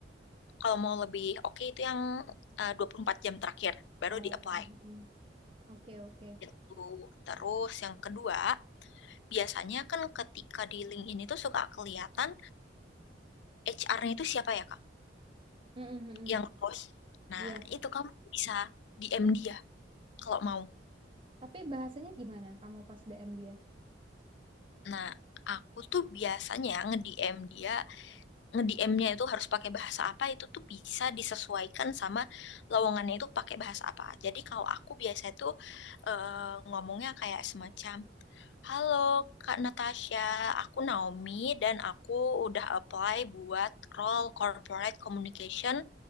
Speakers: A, on the left; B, on the right.
A: kalau mau lebih oke okay, itu yang uh, 24 jam terakhir baru
B: Oh,
A: di-apply.
B: mm-mm. Oke, oke.
A: Gitu. Terus yang kedua, biasanya kan ketika di LinkedIn itu suka kelihatan HR-nya itu siapa ya, Kak?
B: Mm-mm, mm-mm.
A: Yang bos. Nah,
B: Iya.
A: itu kamu bisa DM dia kalau mau.
B: Tapi bahasanya gimana? Kamu pas DM dia?
A: Nah, aku tuh biasanya nge-DM dia, nge-DM-nya itu harus pakai bahasa apa itu tuh bisa disesuaikan sama lowongannya itu pakai bahasa apa. Jadi kalau aku biasa itu eh, ngomongnya kayak semacam, Halo Kak Natasha, aku Naomi dan aku udah apply buat role corporate communication